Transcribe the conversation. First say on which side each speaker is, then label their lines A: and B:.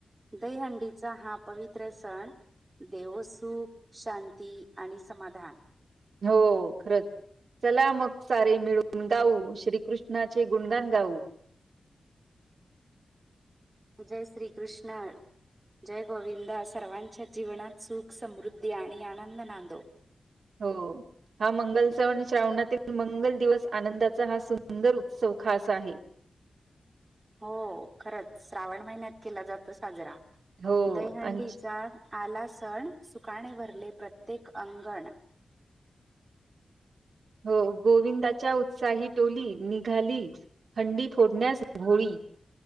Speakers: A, on the right (about 25°); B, on the right (about 65°).
A: दही हंडीचा हा पवित्र सण देवो सुख, शांती आणि समाधान
B: हो खरंच. चला मग सारे मिळून गाऊ, श्रीकृष्णाचे गुणगाण गाऊ.
A: जय श्री कृष्ण जय गोविंद सर्वांच्या जीवनात सुख समृद्धी आणि आनंद नांदो.
B: हो.. हा मंगल सण श्रावणातील मंगल दिवस आनंदाचा हा सुंदर सुखाचा आहे.
A: हो खरंच श्रावण महिन्यात केला जातो साजरा
B: हो
A: दहंडीचा
B: आणि
A: आला सण, सुकाने भरले प्रत्येक अंगण.
B: हो गोविंदाच्या उत्साही डोली निघाली. हंडी फोडण्यास होळी